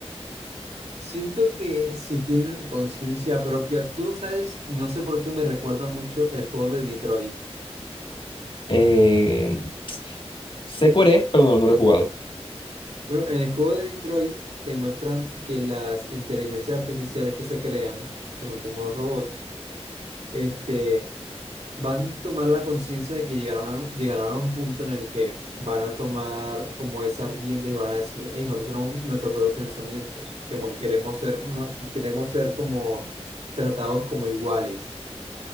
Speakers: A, on the right; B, on the left.
A: Siento que si tienen conciencia propia, tú sabes, no sé por qué me recuerda mucho el juego de Detroit.
B: Eh, sé cuál es, pero no, no lo he jugado.
A: Bueno, en el juego de Detroit te muestran que las inteligencias artificiales que se crean, que son como los robots, este, van a tomar la conciencia de que llegaron a, llegaron a un punto en el que van a tomar como esas riendas y van a decir, hey, nosotros tenemos nuestros propios pensamientos, como que queremos ser, una, queremos ser como tratados como iguales